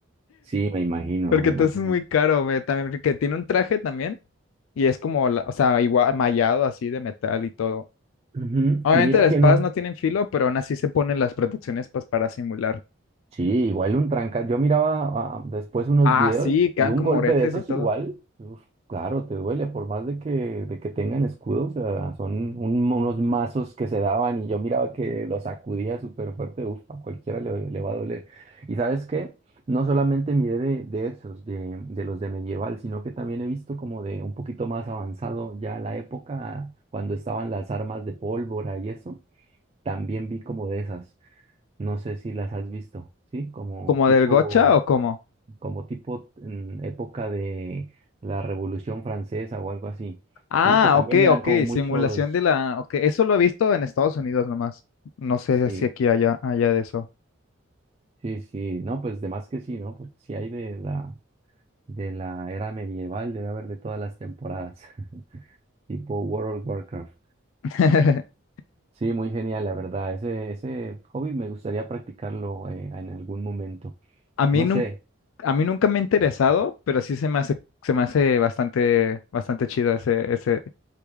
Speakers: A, on the right; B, on the left.
A: Sí, me imagino,
B: porque
A: me
B: entonces
A: imagino.
B: es muy caro, güey, también, porque tiene un traje también, y es como, la- o sea, igual, mallado así de metal y todo.
A: Ujú,
B: Obviamente
A: Y mira
B: las
A: que
B: espadas
A: no,
B: no tienen filo, pero aún así se ponen las protecciones pues, para simular.
A: sí, igual un tranca. Yo miraba ah, después unos
B: Ah,
A: videos
B: sí, quedan
A: y un
B: como
A: golpe
B: oretes
A: de esos
B: y todo.
A: igual, uf, claro, te duele, por más de que, de que tengan escudos, o sea, son un- unos mazos que se daban y yo miraba que los sacudía súper fuerte, uf, a cualquiera le, le va a doler. Y ¿sabes qué? No solamente miré de, de esos, de, de los de medieval, sino que también he visto como de un poquito más avanzado ya la época cuando estaban las armas de pólvora y eso. También vi como de esas, no sé si las has visto, ¿sí? Como
B: ¿Como
A: tipo,
B: del gocha o cómo?
A: como tipo mm, época de la Revolución Francesa o algo así,
B: Ah,
A: ¿sí? Que también
B: ok,
A: eran
B: ok,
A: como muchos,
B: simulación de la... Ok, eso lo he visto en Estados Unidos nomás. No sé
A: sí,
B: si aquí allá, allá de eso.
A: sí, sí, no, pues de más que sí, ¿no? Porque si hay de la, de la era medieval, debe haber de todas las temporadas, <laughs> tipo World of Warcraft.
B: <laughs>
A: Sí, muy genial, la verdad. Ese, ese hobby me gustaría practicarlo eh, en algún momento.
B: A mí,
A: No
B: nunca
A: sé,
B: a mí nunca me ha interesado, pero sí se me hace, se me hace bastante, bastante chido ese, ese,